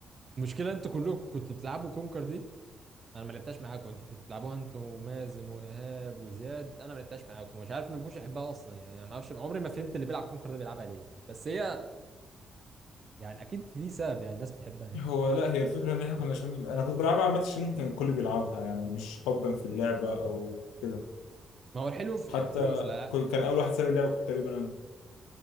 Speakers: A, on the right; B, on the left.
A: المشكله انتوا كلكم كنتوا بتلعبوا كونكر دي انا ما لعبتهاش معاكم انتوا كنتوا بتلعبوها انتوا ومازن وايهاب وزياد انا ما لعبتهاش معاكم مش عارف ما كنتش احبها اصلا يعني ما اعرفش عمري ما فهمت اللي بيلعب كونكر ده بيلعبها ليه بس هي يعني اكيد في سبب يعني الناس بتحبها يعني
B: هو لا هي الفكره ان احنا كنا عشان انا كنت بلعبها عامه عشان كان الكل بيلعبها يعني مش حبا في اللعبه او كده
A: ما هو الحلو في
B: حتى
A: الحلو في الع...
B: كنت- كان اول واحد ساب اللعبه كنت تقريبا انا